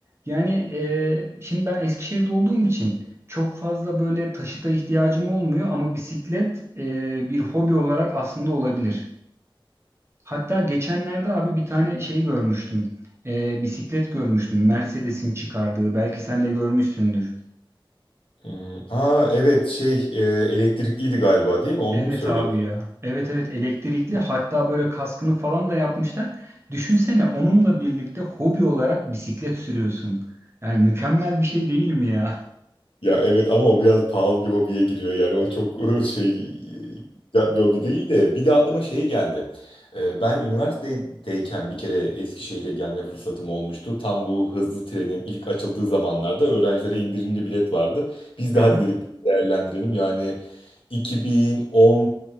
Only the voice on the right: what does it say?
Yani e, şimdi ben Eskişehir'de olduğum için çok fazla böyle taşıta ihtiyacım olmuyor ama bisiklet e, bir hobi olarak aslında olabilir. Hatta geçenlerde abi bir tane şey görmüştüm. Ee, bisiklet görmüştüm. Mercedes'in çıkardığı. Belki sen de görmüşsündür.
Evet
abi ya. Evet evet elektrikli hatta böyle kaskını falan da yapmışlar. Düşünsene onunla birlikte hobi olarak bisiklet sürüyorsun. Yani mükemmel bir şey değil mi ya?
<laughs>